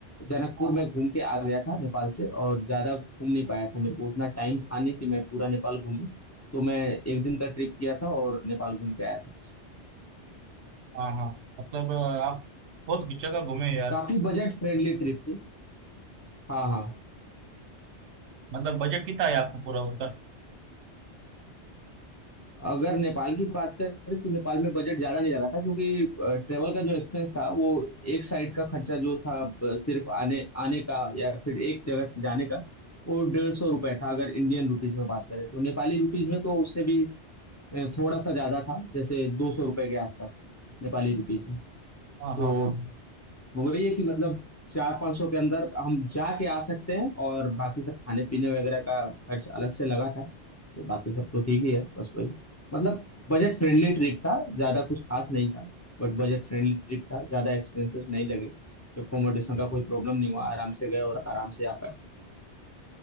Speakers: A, on the left; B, on the right.
A: जनकपुर
B: हाँ
A: में घूम के आ गया था नेपाल से और ज्यादा घूम नहीं पाया था मेरे को उतना टाइम था नहीं कि मैं पूरा नेपाल घूमूं तो मैं एक दिन का ट्रिप किया था और नेपाल घूम के आया था
B: हाँ हाँ मतलब अ, आप बहुत जगह घूमे यार
A: काफी बजट फ्रेंडली ट्रिप थी हाँ हाँ
B: मतलब बजट कितना है आपको पूरा उसका
A: अगर नेपाल की बात करें तो नेपाल में बजट ज्यादा नहीं लगा था क्योंकि ट्रेवल का जो एक्सपेंस था वो एक साइड का खर्चा जो था अ, सिर्फ आने आने का या फिर एक जगह से जाने का वो डेढ़ सौ रुपए था अगर इंडियन रुपीज में बात करें तो नेपाली रुपीज में तो उससे भी अ, थोड़ा सा ज्यादा था जैसे दो सौ रुपए के आसपास था नेपाली रुपीज में
B: हाँ
A: तो
B: हाँ हाँ।
A: वही है कि मतलब चार पाँच सौ के अंदर हम जाके आ सकते हैं और बाकी सब खाने पीने वगैरह का खर्च अलग से लगा था तो बाकी सब तो ठीक ही है बस वही मतलब बजट फ्रेंडली ट्रिप था ज्यादा कुछ खास नहीं था बट बजट फ्रेंडली ट्रिप था ज्यादा एक्सपेंसेस नहीं लगे एकोमोडेशन का कोई प्रॉब्लम नहीं हुआ आराम से गए और आराम से आ पाए